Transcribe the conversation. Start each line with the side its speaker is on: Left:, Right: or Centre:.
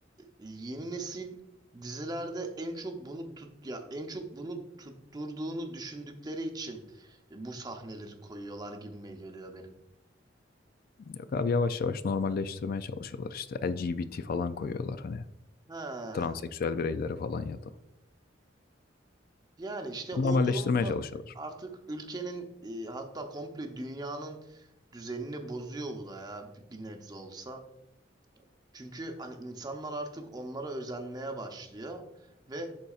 Right: e, yeni nesil dizilerde en çok bunu tut ya en çok bunu tutturduğunu düşündükleri için e, bu sahneleri koyuyorlar gibime geliyor benim.
Left: Yok abi yavaş yavaş normalleştirmeye çalışıyorlar işte. LGBT falan koyuyorlar hani.
Right: He.
Left: Transseksüel bireyleri falan ya da.
Right: Yani işte o
Left: Normalleştirmeye
Right: durumda
Left: çalışıyorlar.
Right: artık ülkenin e, hatta komple dünyanın düzenini bozuyor bu da ya bir bir nebze olsa. Çünkü hani insanlar artık onlara özenmeye başlıyor ve